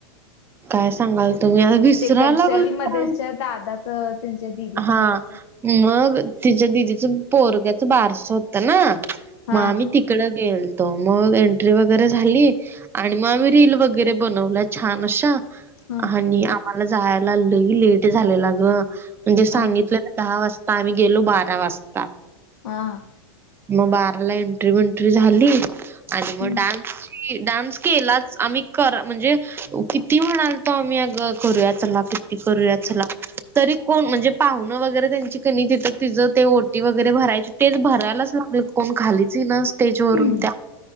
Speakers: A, on the right; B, on the left.
A: कायं सांगालतो मी आता विसराय
B: ते कल्चरल
A: लागलो
B: मध्येच्या दादाचं त्यांच्या दिदीचं
A: हा
B: कायतर
A: मग, तिच्या दिदीचं पोरग्याचं बारस होतं नां,
B: हा
A: म आमी ती तिकडं गेलतो, मग एंट्री वगैरे झाली आणि मग आम्ही रील वगैरे बनवल्या छान अशा
B: हा
A: आणि आम्हाला जायला लय लेट झालेला ग, म्हणजे सांगितलं
B: हा
A: दहा वाजता, आम्ही गेलो बारा वाजता.
B: हां
A: मग बाराला एंट्री बंट्री झाली, आणि मग
B: हम्म
A: डान्स डान्स केलाच आम्ही कर म्हणजे किती म्हणालतो आम्ही अगं, करूया चला क करूया चला. तरी कोण म्हणजे, पाहुण वगैरे त्यांची कनि तिथं तिज ते ओटी वगैरे भरायची, तेच भरायलाच लागल कोण खालीच ईना स्टेज वरून
B: हम्म
A: त्या,